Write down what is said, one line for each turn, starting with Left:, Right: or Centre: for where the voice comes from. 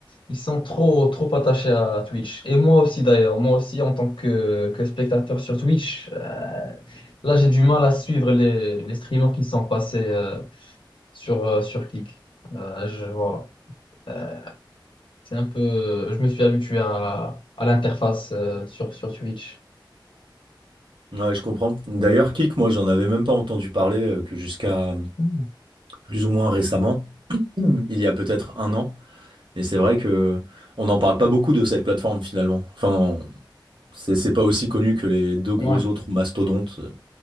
Left: ils sont trop, trop attachés à Twitch. Et moi aussi d'ailleurs, moi aussi en tant que, que spectateur sur Twitch, euh, là j'ai du mal à suivre les, les streamers qui sont passés euh, sur, euh, sur Kick. Euh, je, voilà. Euh, c'est un peu, je me suis habitué à, à l'interface euh, sur, sur Twitch.
Right: Ouais, je comprends. D'ailleurs, Kik, moi, j'en avais même pas entendu parler euh, que jusqu'à
Left: Mm.
Right: plus ou moins récemment, Mhm. il y a peut-être un an. Mais c'est vrai que on n'en parle pas beaucoup de cette plateforme finalement. Enfin, c'est c'est pas aussi connu que les deux gros
Left: Ouais,
Right: autres mastodontes euh,